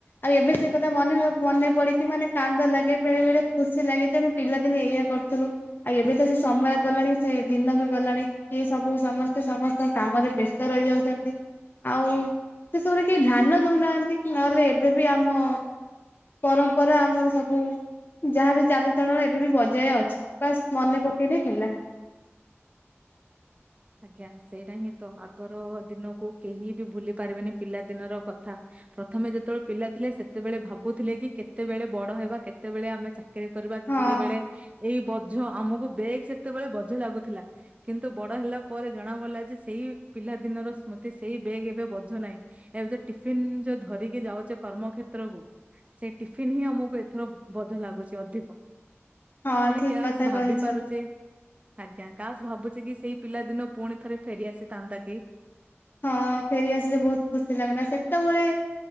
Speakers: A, on the left; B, on the right.
A: ଆଉ ଏବେ ସେ କଥା ମନେ ନପ ମନ୍ ମନେ ପିଡିଚି ମାନେ କାନ୍ଦ ଲାଗେ ବେଳେ ବେଳେ ଖୁସି ଲାଗେ ଯେ ଆମେ ପିଲାଦିନେ ଏଇଆ କରୁଥିଲୁ ଆଉ ଏବେ ତ ସେ ସମ ସମୟ ଗଲାଣି ସେ ଦିନ ବି ଗଲାଣି କିଏ ସବୁ ସମସ୍ତେ ସମସ୍ତ କାମରେ ବ୍ୟସ୍ତ ରହିଯାଉଛନ୍ତି। ଆଉ ସେସବୁରେ କେହି ଧ୍ୟାନ ଦଉନାହାନ୍ତି ନହେଲେ ଏବେ ବି ଆମ ପରମ୍ପରା ଆମର ସବୁ ଯାହାବ ଚାଲିଚଳନ ଏବେ ବି ବଜାୟ ଅଛି ବାସ୍ ମନେ ପକେଇରେ ହେଲା।
B: ଆଜ୍ଞା ସେଇଟା ହିଁ ତ ଆଗର ଦିନକୁ କେହି ବି ଭୁଲି ପାରିବେନି ପିଲା ଦିନର କଥା। ପ୍ରଥମେ ଯେତେବେଳେ ପିଲା ଥିଲେ ସେତେବେଳେ ଭାବୁଥିଲେ କି କେତେବେଳେ ବଡ ହେବା କେତେବେଳେ ଆମେ ଚା କିରି କରିବା କେତେବେଳେ
A: ହଁ
B: ଏଇ ବଝ ଆମକୁ ବେଗ ସେତେବେଳେ ବଝ ଲାଗୁଥିଲା କିନ୍ତୁ ବଡ ହେଲା ପ ପରେ ଜଣା ପଡ଼ିଲା ଯେ ସେଇ ପିଲା ଦିନର ସ୍ମୃତି ସେଇ ବ୍ୟାଗ୍ ଏବେ ବଝୁ ନାହିଁ ଏବେ ଯ ଟିଫିନ ଯୋଉ ଧରିକି ଯାଉଛେ କର୍ମ କର୍ମକ୍ଷେତ୍ର କୁ ସେଇ ଟିଫିନ ହିଁ ଆମକୁ ଏଥର ବଧ ଲାଗୁଛି ଅଧିକ।
A: ହଁ
B: ପୁଣି
A: ଠିକ
B: କାଶ
A: କଥା
B: ଭାବିପରୁଚେ।
A: କହିଛ।
B: ଆଜ୍ଞା କାସ ଭାବୁଛି କି ସେଇ ପିଲା ଦିନ ପୁଣି ଥରେ ଫେରିଆସିଥାନ୍ତା କି।
A: ହଁ ଫେରି ଆସିଲେ ବହୁତ ଖୁସି ଲାଗନ୍ତା ସେତେବେଳେ